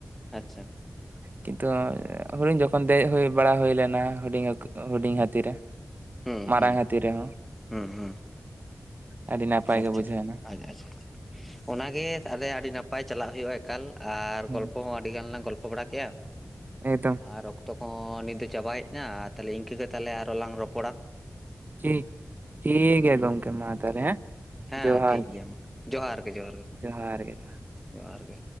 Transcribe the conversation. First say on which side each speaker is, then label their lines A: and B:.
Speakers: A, in the centre; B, on the right.
A: ᱟᱪᱪᱷᱟ᱾
B: ᱠᱤᱱᱛᱩ ᱦᱩᱰᱤᱧ ᱡᱚᱠᱷᱚᱱ ᱫᱮᱡ ᱦᱩᱭ ᱵᱟᱲᱟ ᱦᱩᱭ ᱞᱮᱱᱟ ᱦᱩᱰᱤᱧ ᱦᱩᱰᱤᱧ ᱦᱟᱹᱛᱤ ᱨᱮ᱾
A: ᱦᱩᱸ
B: ᱢᱟᱨᱟᱝ
A: ᱦᱩᱸ
B: ᱦᱟᱹᱛᱤ ᱨᱮᱦᱚᱸ
A: ᱦᱩᱸ ᱦᱩᱸ
B: ᱟᱹᱰᱤ ᱱᱟᱯᱟᱭ
A: ᱟᱪᱪᱷᱟ
B: ᱜᱮ ᱵᱩᱡᱷᱟᱹᱣᱱᱟ
A: ᱟᱪᱪᱷᱟ ᱟᱪᱪᱷᱟ ᱚᱱᱟᱜᱮ ᱛᱟᱦᱞᱮ ᱟᱹᱰᱤ ᱱᱟᱯᱟᱭ ᱪᱟᱞᱟᱜ ᱦᱩᱭᱩᱜᱼᱟ ᱮᱠᱟᱞ ᱟᱨ
B: ᱦᱮᱸ
A: ᱜᱚᱞᱯᱚ ᱦᱚᱸ ᱟᱹᱰᱤ ᱜᱟᱱ ᱞᱟᱝ ᱜᱚᱞᱯᱚ ᱵᱟᱲᱟ ᱠᱮᱜᱼᱟ᱾
B: ᱮᱠᱫᱚᱢ
A: ᱟᱨ ᱚᱠᱛᱚ ᱠᱚᱦᱚᱸ ᱱᱤᱛ ᱫᱚ ᱪᱟᱵᱟ ᱦᱮᱡ ᱮᱱᱟ ᱟᱨ ᱛᱟᱞᱦᱮ ᱤᱱᱠᱟᱹ ᱜᱮ ᱛᱟᱞᱦᱮ ᱟᱨᱚ ᱞᱟᱝ ᱨᱚᱯᱚᱲᱟ᱾
B: ᱴᱷᱤᱠ ᱴᱷᱤᱠ ᱜᱮᱭᱟ ᱜᱚᱢᱠᱮ ᱢᱟ ᱛᱟᱦᱚᱞᱮ ᱦᱮᱸ᱾
A: ᱦᱮᱸ
B: ᱡᱚᱦᱟᱨ
A: ᱴᱷᱤᱠ
B: ᱜᱮ
A: ᱜᱮᱭᱟ ᱢᱟ ᱡᱚᱦᱟᱨ ᱜᱮ ᱡᱚᱦᱟᱨ ᱜᱮ ᱢᱟ
B: ᱡᱚᱦᱟᱨ ᱜᱮ ᱡᱚᱦᱟᱨ
A: ᱡᱚᱦᱟᱨ ᱜᱮ᱾